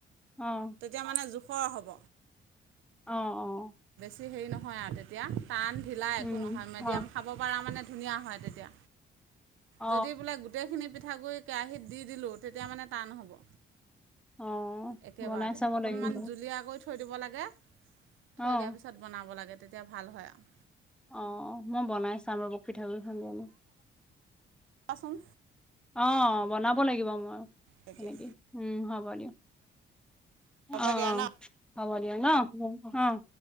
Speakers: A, in the centre; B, on the right.
A: অ
B: তেতিয়া মানে জোখ খৰ হ'ব।
A: অ', অ'।
B: বেছি‌ হেৰি নহয় আৰু তেতিয়া। টান, ঢিলা
A: উম
B: একো নহয়, মেডিয়াম
A: অ
B: খাব পাৰা মানে ধুনীয়া হয়, তেতিয়া।
A: অ
B: যদি বোলে গোটেই খিনি পিঠাগুৰি কেৰাহী দি দিলোঁ তেতিয়া মানে টান হ'ব।
A: অ'
B: একেবাৰতে
A: বনাই চাব
B: অকণমান
A: লাগিব।
B: জুলীয়া কৰি থৈ দিব লাগে।
A: অ
B: থৈ দিয়াৰ পিছত বনাব লাগে। তেতিয়া ভাল হয় আৰু।
A: অ' মই বনাই চাম ৰব। পিঠাগুৰিৰ খালেনে?
B: চোন।
A: অ'। বনাব লাগিব মই,
B: তেতিয়া
A: তেনেকেই উম হ'ব দিয়ক।
B: হ'ব
A: অ'
B: দিয়া
A: অ'
B: ন
A: হ'ব দিয়া ন। অ'।